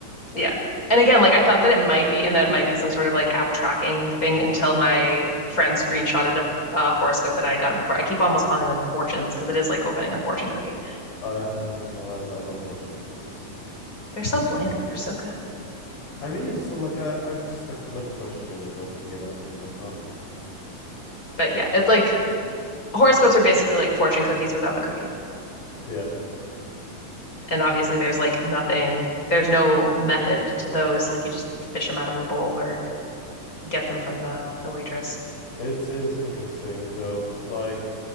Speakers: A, on the left (about 20°); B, on the left (about 75°).
A: Yeah. And again, like I thought that it might be, and that it might be some sort of like app tracking thing until my friend screenshotted a, a horoscope that I had gotten before. I keep almost calling them fortunes because it is like opening a fortune cookie.
B: Uh, oh my god, I love fortune cookies.
A: They're so bland, but they're so good.
B: I mean, so like I, I just like like crushing it and opening it up and whatnot.
A: But yeah, it's like horoscopes are basically like fortune cookies without the cookie.
B: Yeah,
A: and obviously there's like nothing, there's no method to those. Like you just fish them out of a bowl or get them from the the waitress.
B: it is interesting though. It's like